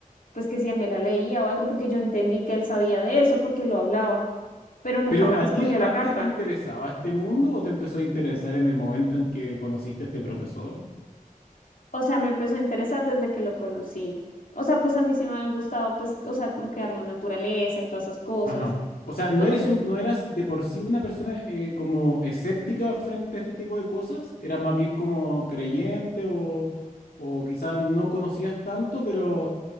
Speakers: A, on the left; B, on the left.
A: pues que si él me la leía o algo, porque yo entendí que él sabía de eso, porque lo hablaba, pero nunca
B: Pero
A: me
B: ¿a
A: respondió
B: ti antes
A: la carta.
B: te interesaba este mundo o te empezó a interesar en el momento en que conociste a este profesor?
A: O sea, me empezó a interesar desde que lo conocí. O sea, pues a mí sí me han gustado, pues, o sea, como quedar la naturaleza y todas esas cosas.
B: Ajá. O sea,
A: Y
B: ¿no
A: pues
B: eres
A: no sé,
B: un, no eras de por sí una persona eh, como escéptica frente a este tipo de cosas? ¿Eras más bien como creyente o, o quizás no conocías tanto, pero